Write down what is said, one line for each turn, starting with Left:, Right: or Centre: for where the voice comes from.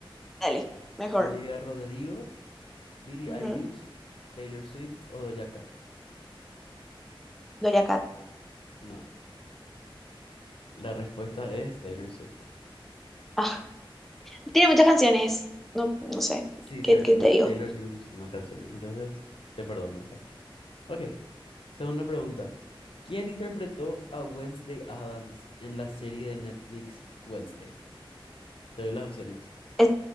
Centre: Dale, mejor.
Left: Olivia Rodrigo, Billie
Centre: Ujú,
Left: Eilish, Taylor Swift o Doja Cat.
Centre: Doja Cat.
Left: No, la respuesta es Taylor Swift.
Centre: Ah, tiene muchas canciones. No, no sé.
Left: Sí,
Centre: ¿Qué,
Left: cierto.
Centre: qué te digo?
Left: Taylor tiene muchísimas canciones, entonces te perdono eso. Ok, segunda pregunta. ¿Quién interpretó a Wednesday Adams en la serie de Netflix Wednesday? Te doy las opciones.
Centre: Es-